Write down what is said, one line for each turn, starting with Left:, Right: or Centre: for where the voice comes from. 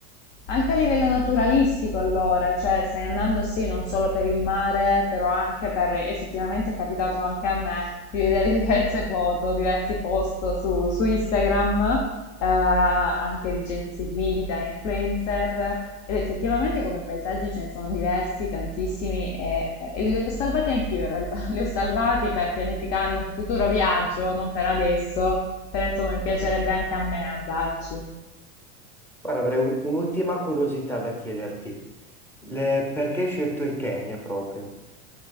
Left: Anche a livello naturalistico, allora, cioè stai andando sì, non solo per il mare, però anche per, effettivamente è capitato anche a me di vedere <laughs> diverse foto, diversi post su, su Instagram, eh, anche di gente seguita, influencer, ed effettivamente come paesaggi ce ne sono diversi, tantissimi, e, e li ho salvati anch'io in realtà, <laughs> li ho salvati per pianificarmi un futuro viaggio, non per adesso, però insomma mi piacerebbe
Centre: Mhm.
Left: anche a me andarci.
Centre: Guarda, avrei u- un'ultima curiosità da chiederti. Le- perché hai scelto il Kenya proprio?